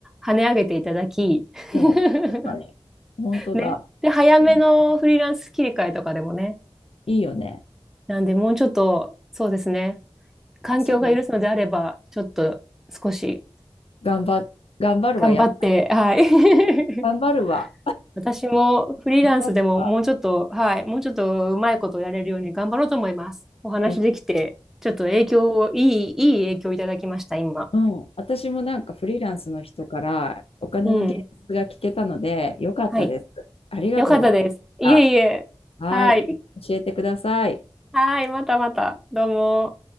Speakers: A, in the centre; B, on the left.
A: 跳ね上げていただき、<laughs>
B: ん。うん。確かに。本当だ。
A: ね。で、早めのフリーランス切り替えとかでもね。
B: そういいよね。
A: なんで、もうちょっと、そうですね。環境が許すのであれば、
B: そうだな。
A: ちょっと少し
B: 頑張、頑張るわ。
A: 頑張って、
B: やっぱ、
A: はい。<laughs>
B: 頑張るわ。
A: 私もフリーランスでももうちょっと、
B: 頑張るわ。
A: はい、もうちょっとうまいことをやれるように頑張ろうと思います。お話できて、
B: 旅
A: ちょっと影響を、いい、いい影響をいただきました、今。
B: うん、私もなんかフリーランスの人からお金の現実が聞けたので、
A: うん。
B: よかったです。
A: はい。
B: ありがとうござい
A: よかったです。いえいえ。
B: ました。はい、
A: はい。
B: 教えてください。
A: はい、またまた。どうも。